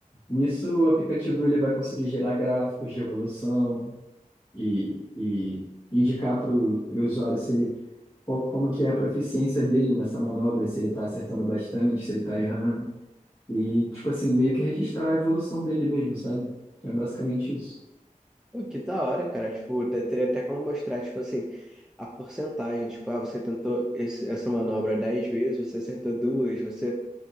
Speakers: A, on the left (about 25°); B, in the centre.
A: Nisso, o aplicativo ele vai conseguir gerar gráficos de evolução e, e indicar para o usuário se ele, qual- como que é a proficiência dele nessa manobra, se ele está acertando bastante, se ele está errando. E, tipo assim, meio que registrar a evolução dele mesmo, sabe? Então, é basicamente isso.
B: Pô, que da hora, cara. Tipo, te- teria até como mostrar, tipo assim, a porcentagem. Tipo, ah, você tentou esse- essa manobra 10 vezes, você acertou duas, você